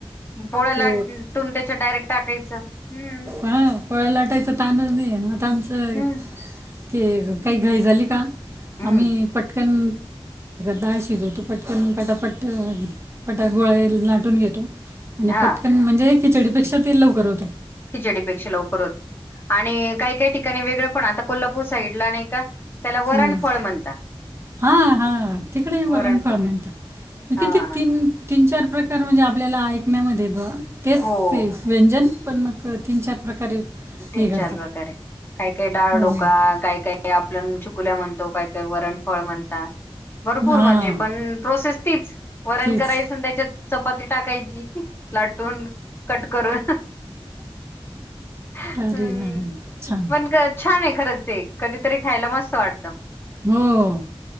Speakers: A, on the left; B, on the right.
A: पोळ्या
B: ते
A: लाटून त्याच्यात डायरेक्ट टाकायचं, हम्म.
B: हांव पोळ्या लाटायचं ताणच नाही ये, आता आमचं.
A: हम्म
B: ते काही घाई झाली का?
A: हम्म
B: आम्ही पटकन डाळ शिजवतो पटकन. पटापट पटा गोळे लाटून घेतो. आणि
A: हा
B: पटकन म्हणजे खिचडीपेक्षा ते लवकर होतं.
A: खिचडीपेक्षा लवकर होत आणि काही काही ठिकाणी वेगळं पण आता कोल्हापूर साईडला नाही का वरण
B: हम्म.
A: फळ म्हणता.
B: हा हा तिकडे बी वरुणफळ
A: वरणफळ
B: म्हणतात. ते
A: हा
B: किती तीन तीन-चार प्रकार म्हणजे आपल्याला ऐकण्यामध्ये <unintelligible> तेच
A: हो
B: सेम. व्यंजन पण, मग तीन चार प्रकारे.
A: तीन
B: हे करतात.
A: चार प्रकारे काय काय डाळ
B: हो.
A: ढोकळा काय काय ते आपल्याण छकुल्या म्हणतो, काय-काय वरणफळ म्हणतात. भरपूर
B: हा.
A: म्हणजे, पण प्रोसेस तीचं. वरण
B: तीच.
A: करायचं आन, त्यांच्यात चपाती टाकायची लाटून. कट करुन. हम्म.
B: करून भारी भारी छान.
A: पण छान आहे खरंच ते कधीतरी खायला मस्त वाटत.
B: हो.